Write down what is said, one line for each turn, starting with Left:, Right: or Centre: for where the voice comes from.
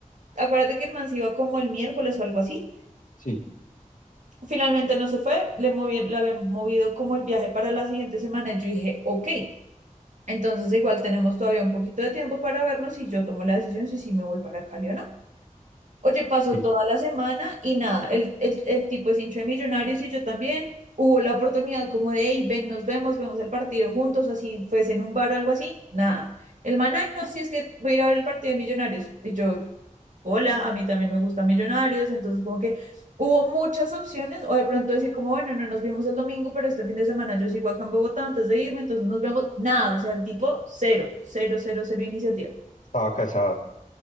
Right: acuérdate que el man se iba como el miércoles o algo así.
Left: Sí,
Right: Finalmente no se fue, le, movi- le habían movido como el viaje para la siguiente semana y yo dije, ok, entonces igual tenemos todavía un poquito de tiempo para vernos y yo tomo la decisión si sí me voy para Cali o no. Oye, pasó
Left: sí,
Right: toda la semana y nada, el, el, el tipo es hincha de Millonarios y yo también. Hubo la oportunidad como de, hey, ven, nos vemos, vemos el partido juntos, así fuese en un bar o algo así. Nada. El man, "Ay, no, sí es que voy a ir a ver el partido de Millonarios. Y yo, hola, a mí también me gusta Millonarios, entonces como que hubo muchas opciones, o de pronto decir como, bueno, no nos vimos el domingo, pero este fin de semana yo sigo acá en Bogotá antes de irme, entonces nos vemos, nada, o sea, el tipo cero, cero, cero, cero iniciativa.
Left: estaba casado.